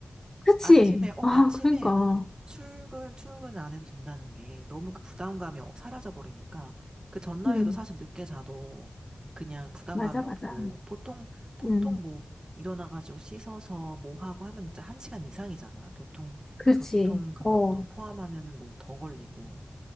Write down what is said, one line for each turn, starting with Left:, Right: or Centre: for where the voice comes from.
Left: 그치.
Right: 아침에, 어,
Left: 아,
Right: 아침에
Left: 그러니까.
Right: 출근, 출근 안 해도 된다는 게 너무 그 부담감이 어- 사라져버리니까 그 전날에도
Left: 음,
Right: 사실 늦게 자도 그냥 부담감이
Left: 맞아, 맞아.
Right: 없고 보통, 보통
Left: 음,
Right: 뭐 일어나가지고 씻어서 뭐 하고 하면 진짜 한 시간 이상이잖아. 교통,
Left: 그렇지.
Right: 교통 그것도
Left: 어,
Right: 포함하면은 뭐 더 걸리고.